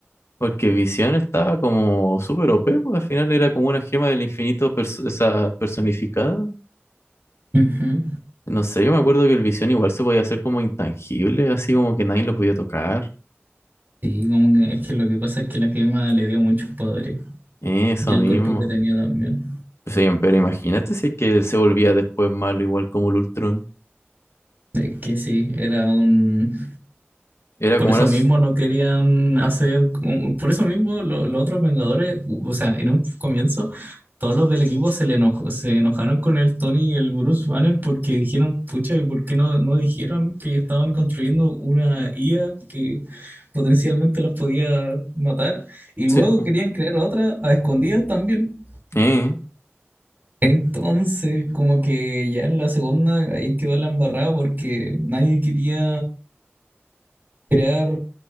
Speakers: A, on the left; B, on the right.
A: Porque Visión estaba como súper OP, pues al final era como una gema del infinito pers- esa personificada.
B: Ujú.
A: No sé, yo me acuerdo que el Visión igual se podía hacer como intangible, así como que nadie lo podía tocar.
B: Sí, como que es que lo que pasa es que la gema le dio muchos poderes
A: Eso
B: y el
A: mismo.
B: cuerpo que tenía también.
A: Sí, pero imagínate si es que él se volvía después malo, igual como el Ultron.
B: Es que sí, era un...
A: Era
B: Por
A: como
B: eso
A: una... s-
B: mismo no querían hacer... como- Por eso mismo lo- los otros Vengadores, o sea, en un comienzo, todos los del equipo se le enojó, se enojaron con el Tony y el Bruce Banner porque dijeron, pucha, ¿y por qué no, no dijeron que estaban construyendo una IA que potencialmente los podía matar? Y luego
A: Sí, pues.
B: querían crear otra a escondidas también.
A: Eh.
B: Entonces, como que ya en la segunda ahí quedó la embarrada porque nadie quería crear,